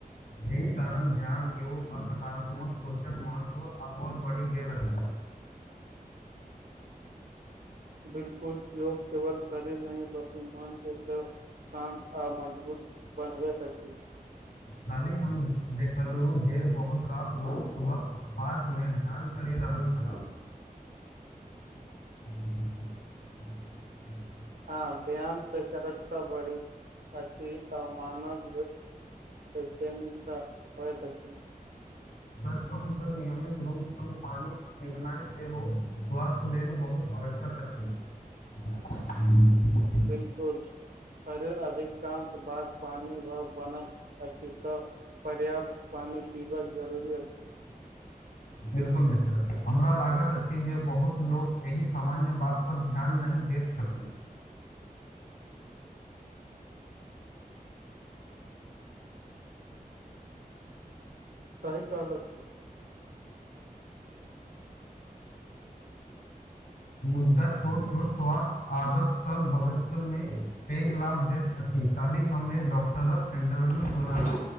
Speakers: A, on the left; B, on the right.
A: एहि कारण ध्यान योग आ सकारात्मक सोचक महत्व आओर बढ़ि गेल अछि
B: <inaudible> <inaudible> बिलकुल योग केवल शरीर नहि बलकि मन के शान्त आ मजबूत बनबैत अछि
A: कल्हि हम देखलहु जे बहुत रास लोक सुबह पार्कमे ध्यान करि रहल छलाह <inaudible>
B: हँ ध्यान से करत त बढ़ी अछि मानव त नसा <unintelligible> होत छै
A: सच कहू तऽ नियमित रूम पानी पिबनाइ सेहो स्वास्थ्य लेल बहुत आवश्यक अछि <unintelligible>
B: बिलकुल हर अधिकांश बात पनि बनल अछि तऽ पर्याप्त पानी पीबक जरूरी अछि <inaudible>
A: बिल्कुल मित्र हमरा लागत अछि जे बहुत लोक एहि सामान्य बात पर ध्यान नहि देत छथीन
B: सही कहलकै
A: मुद्दा छोट
B: बिलकुल
A: छोट स्वास्थ आदत सब भविष्यमे पैघ लाभ दैत अछि काल्हि हम एक डॉक्टरक इन्टरव्यू सुन दू